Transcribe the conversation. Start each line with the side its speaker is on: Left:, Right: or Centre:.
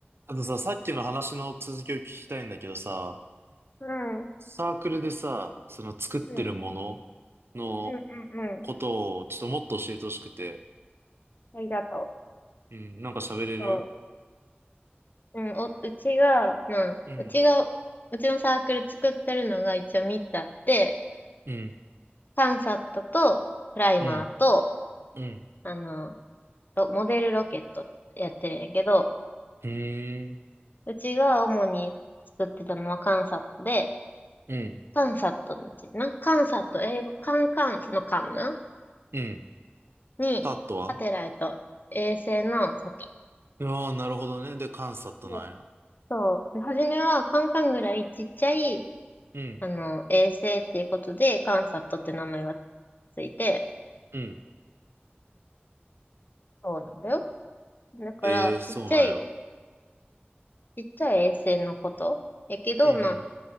Right: あとさ、さっきの話の続きを聞きたいんだけどさ、
Left: うん、うん、
Right: サークルでさ、その作ってるもの
Left: うん、
Right: の
Left: うん、うん。
Right: ことをちょっともっと教えてほしくて。
Left: ありがとう。
Right: うん、なんか喋れる
Left: そう。うん、お、うちが、まあ、
Right: うん、
Left: うちが、うちのサークル作ってるのが一応3つあって、
Right: うん、
Left: カンサットと、プライマーと、
Right: うん、うん、
Left: あの、ロモデルロケットってやってるんやけど、
Right: うーん、
Left: うちが主に作ってたのはカンサットで、
Right: うん、
Left: カンサットについてな、カンサット、英語、カンカンのカンな
Right: うん。
Left: に、
Right: タットは
Left: サテライト、衛星の里。
Right: ああー、なるほどね。で、カンサットなんや。
Left: でそう。で初めはカンカンぐらいちっちゃい、
Right: うん、
Left: あの、衛星っていうことで、カンサットって名前がついて、
Right: うん。
Left: そうなんだよ。だから、
Right: ええー、そうなんや。
Left: ちっちゃい、ちっちゃい衛星のこと。やけど、
Right: うん、
Left: まあ、